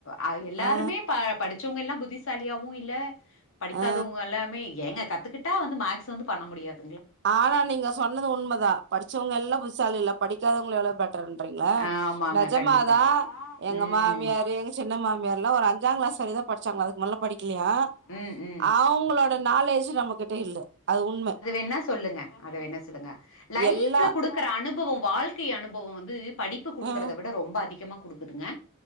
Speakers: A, on the left; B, on the right.
A: அ எல்லாருமே
B: ஆ
A: ப படி ச்சவங்க எல்லா புத்திசாலியாவும் இல்ல படிக்காதவங்க
B: ஆ
A: எல்லாமே ஏங்க கத்துக்கிட் கரெக்ட்டா வந்து மேக்ஸ் வந்து பண்ண முடியாது
B: ஆனா நீங்க சொன்னது உண்மைதா படிச்சவங்க எல்லாம் புத்துசாலி இல்ல படிக்காதவங்க எவ்ளோ பெட்டர்ன்றீங்க
A: ஆ ஆமாங்க
B: நிஜமாதா
A: கண்டிப்பா ம்
B: எங்க மாமியாரு சின்ன மாமியார்லாம் ஒரு அஞ்சாம் கிளாஸ் வரைக்குதா படிச்சாங்க அதுக்கு மேல படிக்கலையா
A: ம் ம்.
B: அ அவுங்களோட நாலேஜ் நம்ம கிட்ட இல்ல அது உண்மை
A: என்ன சொல்லுங்க அத என்ன சொல்லுங்க லைஃப்ல
B: எல்லா
A: குடுக்குற அனுபவம் வாழ்க்கை அனுபவம் வந்து படிப்பு குடுக்குறத
B: ம்
A: விட ரொம்ப அதிகமா குடுக்குதுங்க